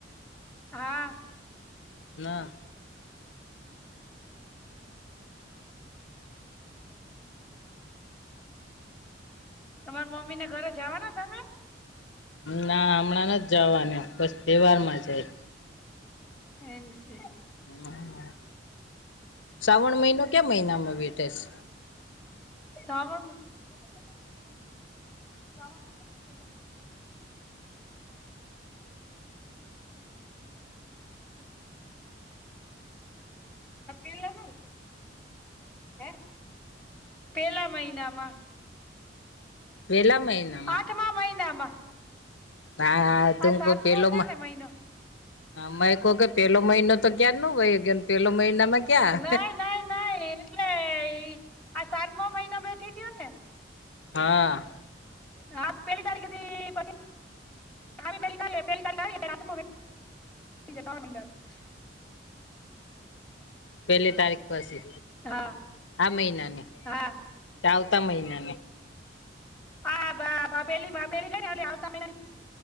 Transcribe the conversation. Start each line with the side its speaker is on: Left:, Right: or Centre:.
Centre: હા.
Left: ના.
Centre: તમાર મમ્મીને ઘરે જાવાના તમે?
Left: ના હમણાં ન જ જવાનું પછ તહેવાર માં જાય
Centre: એમ છે.
Left: હ શ્રાવણ મહિનો કયા મહિનામાં બેઠે છે?
Centre: <inaudible> અ પેલામા હે પેલા મહિનામાં
Left: વેલા મહિનામાં
Centre: આઠમા મહિનામાં
Left: હા તું
Centre: આ સાતમો
Left: કો પેલો
Centre: છે
Left: મ
Centre: ને મહિનો
Left: મે કવ કે પેલો મહિનો તો ક્યારનો વયો ગયો પેલો મહિનામાં ક્યાં
Centre: નઈ નઈ નઈ એટલે આ સાતમો મહિના બેઠી થયો ને?
Left: હા.
Centre: હા પેલી તારીખેથી પછી <inaudible>
Left: પેલી તારીખ પછી
Centre: હા
Left: આ મહિનાને
Centre: હા
Left: આવતા મહિના ને
Centre: આ ભા પહેલી પહેલી ગઈને એલી આવતા મહિનાની